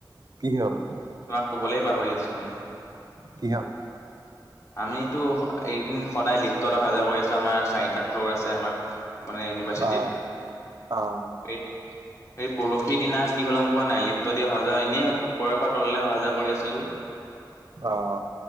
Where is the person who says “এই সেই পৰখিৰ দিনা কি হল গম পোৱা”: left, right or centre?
Left